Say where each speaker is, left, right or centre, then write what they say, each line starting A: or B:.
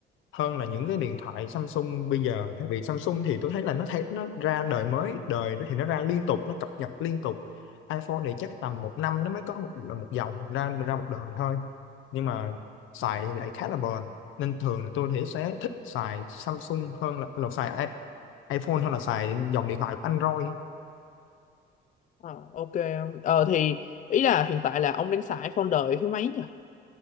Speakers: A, on the left; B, on the left.
A: hơn là những cái điện thoại Samsung bây giờ tại vì Samsung thì tôi thấy là nó thấy nó ra đời mới đời nó thì nó ra liên tục nó cập nhật liên tục iPhone thì chắc tầm một năm nó mới có một một dòng ra ra một đời thôi nhưng mà xài thì lại khá là bền nên thường thì tôi thì sẽ thích xài Samsung hơn là, là xài i- iPhone hơn là xài dòng điện thoại của Android
B: Ờ, ok. Ờ, thì ý là hiện tại là ông đang xài iPhone đời thứ mấy nhỉ?